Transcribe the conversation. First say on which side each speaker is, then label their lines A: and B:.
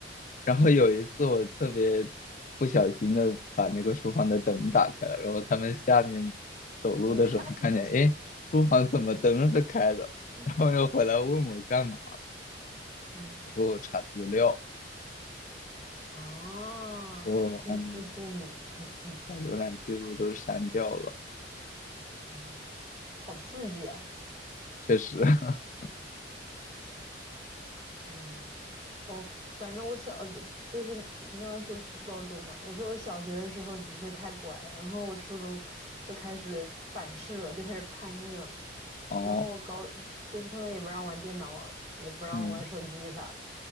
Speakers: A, on the left (about 45°); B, on the right (about 40°).
A: 然后有一次我特别不小心的把那个书房的灯打开了，然后他们下面走路的时候就看见，
B: 你看你
A: 诶，书房怎么灯是开的？
B: <laughs>
A: 然后又回来问我干嘛，
B: 嗯
A: 我说我查资料，
B: 啊，
A: 说嗯，
B: 心知肚明，嗯嗯
A: 把浏览记录都删掉了，
B: 嗯，好刺激啊！
A: 确实，<laughs>
B: 嗯。哦，反正我小的就是你刚才说初高中嘛，我说我小学的时候的确太乖了，然后我初中就开始反噬了，就开始叛逆了嘛。
A: 哦，
B: 然后我高，就是他们也不让玩电脑，也不让我玩手机啥的。
A: 嗯